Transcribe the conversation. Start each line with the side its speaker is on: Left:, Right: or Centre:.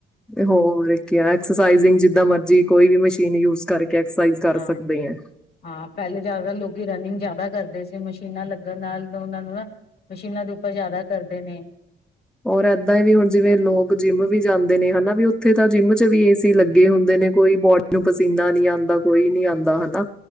Centre: ਹੋਰ ਐਕਸਰਸਜਿੰਗ ਜਿਦਾਂ ਮਰਜੀ ਕੋਈ ਵੀ ਮਸ਼ੀਨ ਯੂਜ ਕਰਕੇ ਐਕਸਰਸਾਈਜ਼ ਕਰ
Left: ਹਾ
Centre: ਸਕਦੇ ਆ।
Left: ਹਾ ਪਹਿਲੇ ਜਿਆਦਾ ਲੋਕ ਕਿ ਰਨਿੰਗ ਜਿਆਦਾ ਕਰਦੇ ਸੀ ਮਸ਼ੀਨਾਂ ਲੱਗਣ ਨਾਲ ਉਹਨਾਂ ਨੂੰ ਨਾ ਮਸ਼ੀਨਾਂ ਦੇ ਉੱਪਰ ਜ਼ਿਆਦਾ ਕਰਦੇ ਨੇ
Centre: ਔਰ ਇਦਾਂ ਹੀ ਹੁਣ ਜਿਵੇਂ ਲੋਕ ਜਿਮ ਵੀ ਜਾਂਦੇ ਨੇ ਹਨਾ ਵੀ ਉੱਥੇ ਤਾਂ ਜਿਮ ਚ ਵੀ ਏਸੀ ਲੱਗੇ ਹੁੰਦੇ ਨੇ ਕੋਈ ਬਾਡੀ ਪਸੀਨਾ ਨਹੀਂ ਆਉਂਦਾ ਕੋਈ ਨਹੀਂ ਆਉਂਦਾ ਹਨਾ